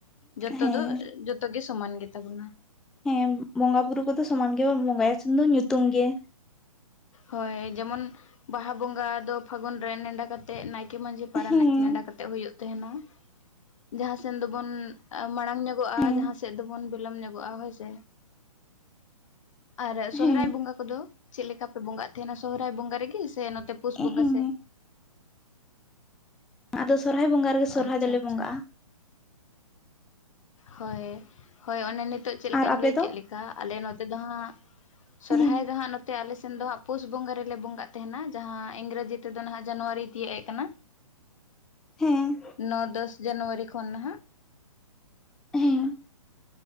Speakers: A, on the left; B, in the centre.
A: ᱡᱚᱛᱚ
B: ᱦᱮᱸ
A: ᱫᱚ ᱡᱚᱛᱚ ᱜᱮ ᱥᱚᱢᱟᱱ ᱜᱮ ᱛᱟᱵᱚᱱᱟ
B: ᱦᱮᱸ ᱵᱚᱸᱜᱟ ᱵᱩᱨᱩ ᱠᱚᱫᱚ ᱥᱚᱢᱟᱱ ᱜᱮᱵᱚᱱ ᱵᱚᱸᱜᱟᱭᱟ ᱥᱮᱱ ᱫᱚ ᱧᱩᱛᱩᱢ ᱜᱮ
A: ᱦᱳᱭ ᱡᱮᱢᱚᱱ ᱵᱟᱦᱟ ᱵᱚᱸᱜᱟ ᱫᱚ ᱯᱷᱟᱹᱜᱩᱱ ᱨᱮ ᱱᱮᱸᱰᱟ ᱠᱟᱛ ᱛᱮᱜ ᱱᱟᱭᱠᱮ ᱢᱟᱺᱡᱷᱤ ᱯᱟᱨᱟᱱᱤᱠ
B: ᱦᱮᱸ
A: ᱱᱮᱰᱟ ᱠᱟᱛᱮᱜ ᱦᱩᱭᱩᱜ ᱛᱟᱦᱮᱱᱟ ᱡᱟᱦᱟᱸ ᱥᱮᱫ ᱫᱚᱵᱚᱱ ᱢᱟᱲᱟᱝ ᱧᱚᱜᱚᱜ-ᱟ
B: ᱦᱮᱸ
A: ᱡᱟᱦᱟᱸ ᱥᱮᱫ ᱫᱚᱵᱚᱱ ᱵᱤᱞᱚᱢ ᱧᱚᱜᱚᱜ-ᱟ ᱦᱳᱭᱥᱮ ᱟᱨ
B: ᱦᱮᱸ
A: ᱥᱚᱦᱨᱟᱭ ᱵᱚᱸᱜᱟ ᱠᱚᱫᱚ ᱚᱠᱟ ᱯᱮ ᱵᱚᱸᱜᱟ ᱛᱟᱦᱮᱱᱟ ᱥᱚᱦᱨᱟᱭ ᱵᱚᱸᱜᱟ ᱨᱮᱜᱮ ᱥᱮ ᱱᱚᱛᱮ ᱯᱩᱥ
B: ᱦᱮᱸ
A: ᱵᱚᱸᱜᱟ ᱥᱮᱫ?
B: ᱟᱫᱚ ᱥᱚᱨᱦᱟᱭ ᱵᱚᱸᱜᱟ ᱨᱮᱜᱮ ᱥᱚᱨᱦᱟᱭ
A: ᱟᱪᱪᱷᱟ
B: ᱫᱚᱞᱮ
A: ᱟᱪᱪᱷᱟ
B: ᱵᱚᱸᱜᱟ-ᱟ
A: ᱦᱳᱭ ᱦᱳᱭ ᱚᱱᱮ ᱱᱤᱛᱳᱜ ᱪᱮᱫ ᱞᱮᱠᱟᱹᱧ
B: ᱟᱨ ᱟᱯᱮ
A: ᱞᱟᱹᱭ
B: ᱫᱚ
A: ᱠᱮᱫ ᱞᱮᱠᱟ ᱟᱞᱮ ᱱᱚᱛᱮ ᱫᱚ ᱦᱟᱸᱜ ᱥᱚᱨᱦᱟᱭ
B: ᱦᱮᱸ
A: ᱫᱚ ᱦᱟᱸᱜ ᱱᱚᱛᱮ ᱟᱞᱮ ᱥᱮᱱ ᱫᱚ ᱦᱟᱸᱜ ᱯᱩᱥ ᱵᱚᱸᱜᱟ ᱨᱮᱜᱮ ᱞᱮ ᱵᱚᱸᱜᱟ ᱛᱟᱦᱮᱱᱟ ᱡᱟᱦᱟᱸ ᱤᱝᱨᱟᱡᱤ ᱛᱮᱫᱚ ᱱᱟᱦᱟᱜ ᱡᱟᱱᱩᱣᱟᱨᱤ ᱛᱤᱭᱮᱭᱮᱜ ᱠᱟᱱᱟ
B: ᱦᱮᱸ
A: ᱱᱚ ᱫᱚᱥ ᱡᱟᱱᱩᱣᱟᱨᱤ ᱠᱷᱚᱱ ᱱᱟᱦᱟᱜ
B: ᱦᱮᱸ